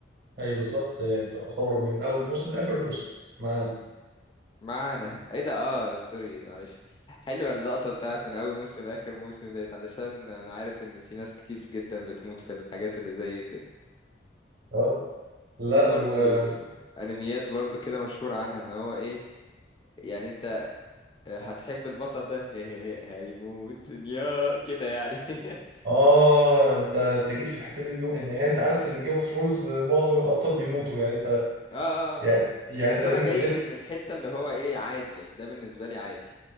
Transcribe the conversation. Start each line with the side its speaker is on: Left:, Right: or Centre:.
Right: اي بالظبط آه، تعتبر من اول موسم لاخر موسم معانا
Left: معانا ايه ده اه سوري معلش حلوه اللقطه بتاعت من اول موسم لاخر موسم ديت علشان انا عارف ان في ناس كتير جدا بتموت في الحاجات اللي زي كده
Right: اه لا
Left: في برضو
Right: وقول
Left: انميات برضو كده مشهور عنها ان هو ايه يعني انت هتحب البطل ده <laughs> هيموت يا كده يعني <laughs>
Right: اه انت انت جيت في الحته دي من جيم... انت يعني انت عارف ان جيم اوف ثرونز معظم الابطال بيموتوا يعني انت
Left: اه اه آه.
Right: يعني, يعني
Left: بس
Right: انت نادي
Left: انا جاي
Right: نادي
Left: من من حتة اللي هو ايه عادي يعني ده بالنسبة لي عادي